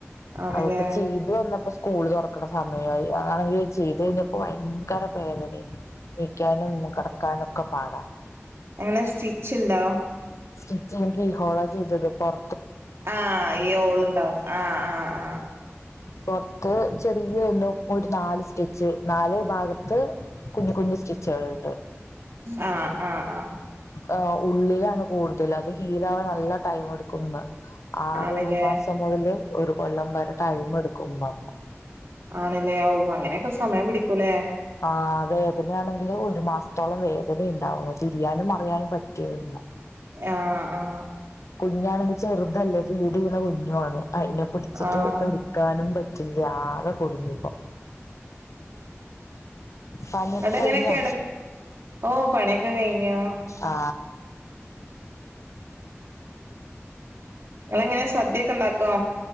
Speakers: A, on the right; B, on the left.
A: ആണല്ലേ
B: അഅ്പ്പോ ചെയ്ത് വന്നപ്പോ സ്കൂൾ തൊറക്ക്ണ സമയ യായി അതാണെങ്കി ചെയ്തഴ്ഞ്ഞപ്പോ ഭയങ്കര പേദനിം ഇക്ക്യാനും കെടക്കാനും ക്ക പാടാ
A: എങ്ങനെ സ്റ്റിച്ച് ണ്ടോ
B: സ്റ്റിച്ച് എനിക്ക് ഹോളോ ചെയ്തത് പൊർ
A: ആ ഈ ഹോള്ണ്ടാവും ആ ആ ആ
B: പൊർത്ത് ചെറിയ ഒന്ന് ഒരു നാല് സ്റ്റിച്ച് നാല് ഭാഗത്ത് കുഞ്ഞുകുഞ്ഞ് സ്റ്റിച്ചുകള്ണ്ട്
A: ആ ആ ആ
B: അ് ഉള്ളിലാണ് കൂടുതല് അത് ഹീലാവാൻ നല്ല ടൈം മെടുക്കുന്ന് ആറുമാസം
A: ആണല്ലേ
B: മുതൽ ഒരു കൊല്ലം വരെ ടൈം മെടുക്കുന്ന പറ
A: ആണ്ല്ലേ ഓ അങ്ങനെക്കെ സമയം പിടിക്കുല്ലേ
B: ആ വേദനയാണെങ്കിലു ഒരു മാസത്തോളം വേദനയ്ണ്ടാവും തിരിയാനും മറിയാനും പറ്റൂല്ല
A: ആ ആ
B: കുഞ്ഞാണെങ്കില് ചെറ്തല്ലേ ഫീഡെയ്യ്ണ കുഞ്ഞാണ് അയ്നെ പിടിച്ചിട്ട്
A: ആഹ്
B: എടുക്കാനും പ റ്റില്ല ആകെ കുടുങ്ങി പോ പണിയൊക്കെ
A: ഇങ്ങട്ടെങ്ങനെ
B: കഴിഞ്ഞോ
A: കെട ഓ പണ്യൊക്കെ കഴിഞ്ഞു
B: ആ
A: ഇങ്ങളെങ്ങനെ സദ്യൊക്കെ ണ്ടാ ക്വോ